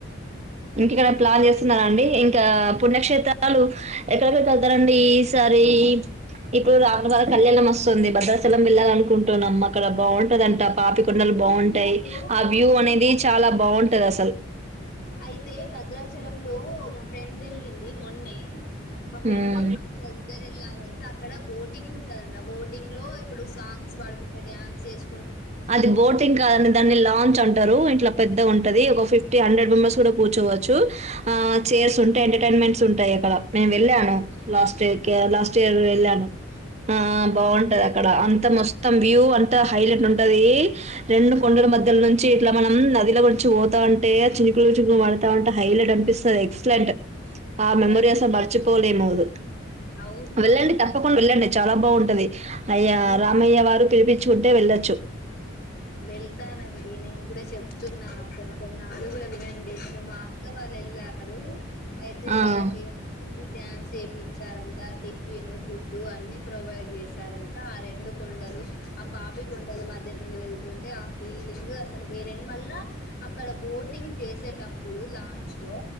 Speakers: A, on the right; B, on the left.
A: ఇంక ఇక్కడే ప్లాన్ చేస్తున్నారండి ఇంకా పుణ్యక్షేత్రాలు ఎక్కడెక్కడికి వెళ్తారండి ఈ సారి ఇప్పుడు రాముల బగ కళ్యాణం వస్తుంది బ సం వెళ్ల అనుకుంటున్నామ్మా అక్కడ బాగుం ట పాపికొండలు
B: భద్రాచలంలో
A: బాగుంటాయి ఆ వ్యూ
B: అవును
A: అనేది చాలా బాగుంట అంటే అసలు
B: అయితే భద్రాచల లో మా ఫ్రెండ్ వెళ్ళింది మొన్నే మా ఫ్రెం
A: హ్మ్
B: మా అక్క ఇద్దర ఎల్తే అక్కడ బోటింగ్ ఉంటదంట బోటింగ్ లో ఇప్పుడు సాంగ్స్ పాడుకుంటే డ్యాన్స్ చేస్
A: అది బోటింగ్ కాదని దాన్ని లాంచ్ అంటారు ఇంట్లా పెద్దగా ఉంటా ది ఒక ఫిఫ్టీ హండ్రెడ్ మెంబర్స్ కూడా కూర్చోవచ్చు. ఆ చైర్స్ ఉంటాయి. ఎంటర్టైన్మెంట్స్ ఉంటాయి. అక్కడ నేను వెళ్ళాను. లాస్ట్ ఇయర్ క లాస్ట్ ఇయర్ వెళ్ళాను ఆ
B: అవును
A: బాగుంటది అక్కడ. అంత మొత్తం వ్యూ అంత హైలైట్ ఉంట. ది రెండు కొండల మధ్యలో నుంచి ఇట్లా మనం నదిలో గురించి పోతామంటే, చికులు, చికులు ప డతామంటే హైలైట్ అనిపిస్తుంది. ఎక్సలెంట్. ఆ
B: అదే
A: మెమొరీ
B: అండి
A: అసలు మరిచిపోలేమోదు
B: అవును
A: వెళ్ళండి.
B: అవును
A: తప్పకుండా వెళ్ళండి. చాలా బాగుంటది అయ్య
B: వెల్
A: రామయ్య వారు పిలిపించుకుంటే వెళ్ళచ్చు.
B: వెళ్తానండి నేను కూడా చెప్తున్నా కొంచెం నాగ కూడా వినండి నేను మా అక్క వాళ్ళు వెళ్ళారు. అయితే
A: ఆ!
B: వాళ్ళకి డ్యాన్స్ చేపి ఇచ్చారంట. టిఫిన్ ఫుడ్ అన్ని ప్రొవైడ్ చేసారంట. ఆ రెండు కొండలు ఆ పాపి కొండలు మధ్య నుండి వెల్ తు ఎంటే ఆ ఫీలింగ్ అసలు వేరెం మళ్ళా అక్కడ బోటింగ్ చేసేటప్పుడు లాంచ్ లో